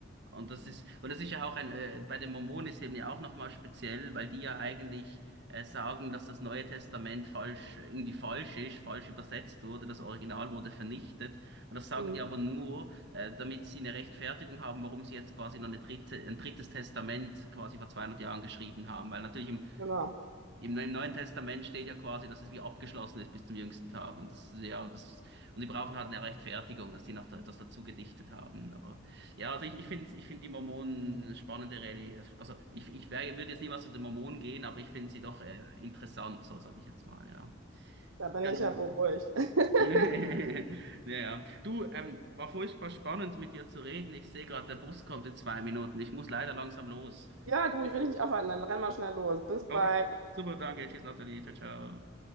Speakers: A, on the right; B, on the right.
A: Und das ist, und das ist ja auch ein, äh, bei den Mormonen ist eben ja auch nochmal speziell, weil die ja eigentlich äh, sagen, dass das Neue Testament falsch, irgendwie falsch ist, falsch übersetzt wurde, das Original wurde vernichtet. Und das sagen
B: Mhm,
A: die aber nur, äh, damit sie eine Rechtfertigung haben, warum sie jetzt quasi noch eine dritte, ein drittes Testament quasi vor 200 Jahren geschrieben haben. Weil natürlich im
B: genau.
A: im, Im Neuen Testament steht ja quasi, dass es wie abgeschlossen ist bis zum jüngsten Tag. Und das, ist ja, das, und die brauchen halt eine Rechtfertigung, dass die noch da- etwas dazu gedichtet haben. Aber ja, also ich, ich finde, ich finde die Mormonen eine spannende Religion. Also ich, ich wär, würde jetzt niemals zu den Mormonen gehen, aber ich finde sie doch äh, interessant, so sage ich jetzt mal, ja.
B: Da bin
A: Ja,
B: ich
A: nun.
B: ja beruhigt. <laughs>
A: Ja, <laughs> Du, ähm, war furchtbar spannend mit dir zu reden. Ich sehe gerade, der Bus kommt in zwei Minuten. Ich muss leider langsam los.
B: Ja, du, ich will dich nicht aufhalten, dann renn mal schnell los. Bis
A: Okay.
B: bald.
A: Super, danke. Tschüss, Nathalie. Ciao, ciao.